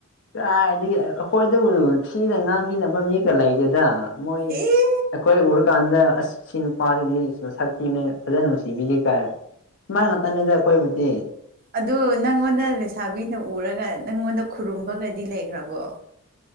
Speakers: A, on the left (about 55°); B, on the right (about 40°).
A: ꯀꯥꯏꯗꯒꯤ ꯑꯩꯈꯣꯏꯗꯕꯨ ꯊꯤꯅ ꯉꯥꯡꯃꯤꯅ ꯃꯤꯒ ꯂꯩꯒꯦꯗ ꯃꯣꯏ
B: ꯑꯦ
A: ꯑꯩꯈꯣꯏ ꯎꯔꯀꯥꯟꯗ ꯑꯁ ꯁꯤ ꯅꯨꯄꯥꯁꯤꯗꯤ ꯁꯤꯕꯅꯤ ꯐꯖꯅ ꯅꯨꯡꯁꯤꯕꯤꯒꯦ ꯀꯥꯏ ꯁꯨꯃꯥꯏ ꯉꯥꯛꯛꯇꯅꯤꯗ ꯑꯩꯈꯣꯏꯕꯨꯗꯤ
B: ꯑꯗꯨ ꯅꯪꯉꯣꯟꯗ ꯂꯩꯁꯥꯕꯤꯅ ꯎꯔꯒ ꯅꯪꯉꯣꯟꯗ ꯈꯨꯔꯨꯝꯕꯒꯗꯤ ꯂꯩꯈ꯭ꯔꯕꯣ